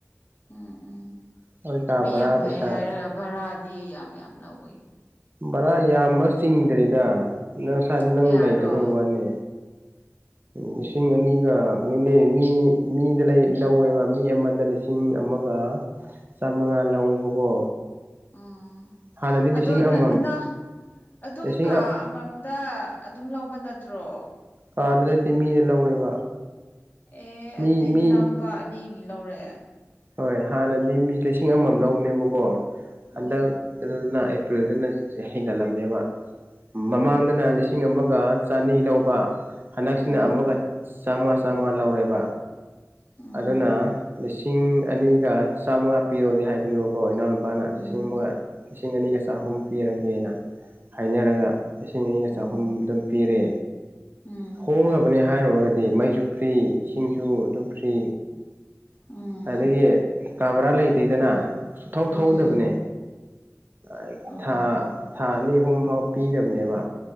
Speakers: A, on the left; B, on the right.
A: ꯎꯝ ꯎꯝ
B: ꯍꯣꯏ ꯀꯥꯕꯔꯥ
A: ꯃꯤ ꯌꯥꯝ
B: ꯄꯩꯁꯥ
A: ꯐꯩ ꯍꯥꯏꯔꯒ ꯚꯔꯥꯗꯤ ꯌꯥꯝ ꯌꯥꯝ ꯂꯧꯋꯤ
B: ꯚꯔꯥ ꯌꯥꯝꯕ ꯆꯤꯡꯗ꯭ꯔꯤꯗ ꯅꯪ <unintelligible> ꯅꯪ
A: ꯌꯥꯔꯣ
B: ꯂꯩꯇꯕꯩ ꯋꯥꯅꯤ ꯂꯤꯁꯤꯡ ꯑꯅꯤꯒ ꯀꯩꯅꯣꯅꯦ ꯃꯤ ꯃꯤꯗ ꯂꯩ ꯂꯧꯋꯦꯕ ꯃꯤ ꯑꯃꯗ ꯂꯤꯁꯤꯡ ꯑꯃꯒ ꯆꯥꯃꯉꯥ ꯂꯧꯋꯦꯕꯀꯣ
A: ꯎꯝ
B: ꯍꯥꯟꯅꯗꯤ ꯂꯤꯁꯤꯡ
A: ꯑꯗꯣ
B: ꯑꯃꯃꯝ
A: ꯅꯅꯥ ꯑꯗꯨꯝ
B: ꯂꯤꯁꯤꯡ
A: ꯀꯥ ꯑꯃꯃꯝꯗ ꯑꯗꯨꯝ ꯂꯧꯕ ꯅꯠꯇ꯭ꯔꯣ
B: ꯀꯥꯗ ꯅꯠꯇꯦ ꯃꯤꯗ ꯂꯧꯋꯦꯕ
A: ꯑꯦ ꯑꯗꯨꯗꯤ
B: ꯃꯤ ꯃꯤ
A: ꯅꯅꯥꯎ ꯅꯨꯄꯥ ꯑꯅꯤꯒꯤ ꯂꯧꯔꯦ
B: ꯍꯣꯏ ꯍꯥꯟꯅꯗꯤ ꯃꯤ ꯂꯤꯁꯤꯡ ꯑꯃꯃꯝ ꯂꯧꯕꯅꯦꯕꯀꯣ
A: ꯎꯝ
B: ꯍꯟꯗꯛ ꯀꯩꯅꯣꯗꯅ ꯑꯦꯄ꯭ꯔꯤꯜꯗꯅ ꯍꯦꯟꯒꯠꯂꯕꯅꯦꯕ ꯃꯃꯥꯡꯗꯅ ꯂꯤꯁꯤꯡ ꯑꯃꯒ ꯆꯅꯤ ꯂꯧꯕ ꯍꯟꯗꯛꯁꯤꯅ
A: ꯎꯝ
B: ꯑꯃꯒ ꯆꯥꯝ ꯃꯉꯥ ꯆꯥꯝ ꯃꯉꯥ ꯂꯧꯔꯦꯕ
A: ꯎꯝ
B: ꯑꯗꯨꯅ ꯂꯤꯁꯤꯡ ꯑꯅꯤꯒ ꯆꯥꯝꯃꯉꯥ ꯄꯤꯔꯣꯗꯤ ꯍꯥꯏꯕꯅꯦꯕꯀꯣ ꯏꯅꯥꯎꯅꯨꯄꯥꯅ
A: ꯎꯝ
B: ꯂꯤꯁꯤꯡ ꯑꯃꯒ ꯂꯤꯁꯤꯡ ꯑꯅꯤꯒ ꯆꯥꯍꯨꯝ ꯄꯤꯔꯒꯦꯅ ꯍꯥꯏꯅꯔꯒ ꯂꯤꯁꯤꯡ ꯑꯅꯤꯒ
A: ꯎꯝ
B: ꯆꯍꯨꯝ ꯑꯗꯨꯝ ꯄꯤꯔꯦ
A: ꯎꯝ
B: ꯍꯣꯡꯉꯕꯅꯦ ꯍꯥꯏꯔꯨꯔꯒꯗꯤ ꯃꯩꯁꯨ ꯐ꯭ꯔꯤ ꯏꯁꯤꯡꯁꯨ ꯑꯗꯨꯝ ꯐ꯭ꯔꯤ
A: ꯎꯝ
B: ꯑꯗꯒꯤ
A: ꯎꯝ
B: ꯀꯥ ꯕꯔꯥ ꯂꯩꯇꯦꯗꯅ ꯁꯨꯊꯧ
A: ꯎꯝ
B: ꯊꯧꯗꯕꯅꯦ <unintelligible>
A: ꯑꯣ
B: ꯊꯥ ꯊꯥ ꯑꯅꯤ ꯑꯍꯨꯝꯐꯥꯎ ꯄꯤꯗꯕꯅꯦꯕ